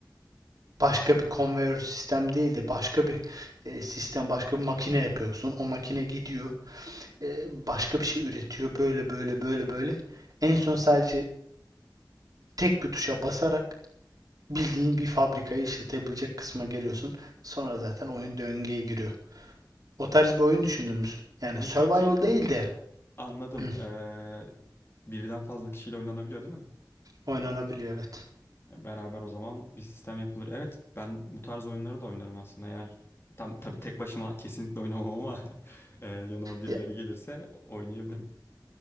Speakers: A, on the right; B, on the left.
A: başka bir konveyör sistem değil de başka bir e, sistem, başka bir makine yapıyorsun. O makine gidiyor, e, başka bir şey üretiyor. Böyle böyle böyle böyle. En son sadece tek bir tuşa basarak bildiğin bir fabrikayı işletebilecek kısma geliyorsun. Sonra zaten oyun döngüye giriyor. O tarz bir oyun düşünür müsün? Yani
B: Bu
A: survival
B: peki
A: değil de
B: Anladım.
A: <laughs>
B: Ee, birden fazla kişiyle oynanabiliyor değil mi?
A: oynanabiliyor evet.
B: Ya Beraber o zaman bir sistem yapılır. Evet, ben bu tarz oyunları da oynarım aslında. Eğer tam tabii tek başıma kesinlikle oynamam ama <laughs> e, yanıma birileri
A: Ya-
B: gelirse oynayabilirim.